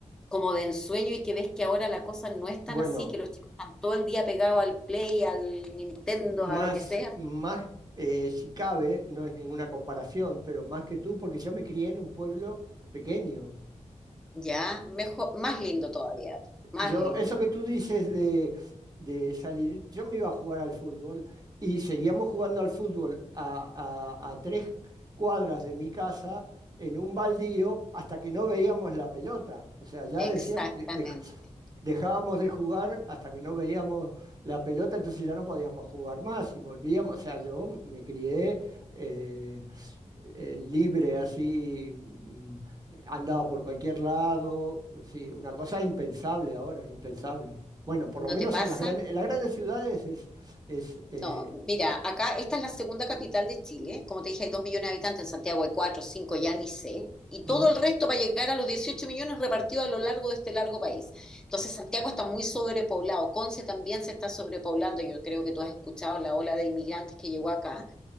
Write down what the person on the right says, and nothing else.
Bueno,
más,
más eh, si cabe, no es ninguna comparación, pero más que tú, porque yo me crié en un pueblo pequeño.
Yo,
eso que tú dices de, de salir, yo me iba a jugar al fútbol y seguíamos jugando al fútbol a, a- a tres cuadras de mi casa en un baldío hasta que no veíamos la pelota. O sea, ya
decíamos, de- de- dejábamos de jugar hasta que no veíamos la pelota, entonces ya no podíamos jugar más y volvíamos. O sea, yo me crié eh, eh, libre, así, mm, andaba por cualquier lado. Sí, una cosa impensable ahora, impensable. Bueno, por
lo menos
en las grandes, en las grandes ciudades es, es eh,
mm,